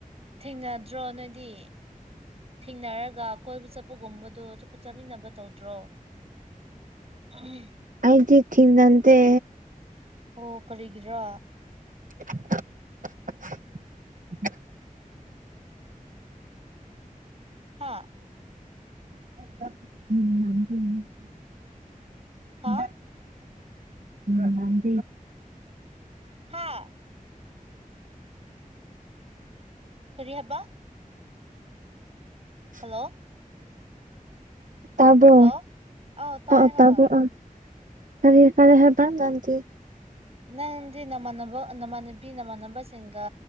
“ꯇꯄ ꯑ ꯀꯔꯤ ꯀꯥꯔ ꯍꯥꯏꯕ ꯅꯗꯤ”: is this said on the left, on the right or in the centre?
Right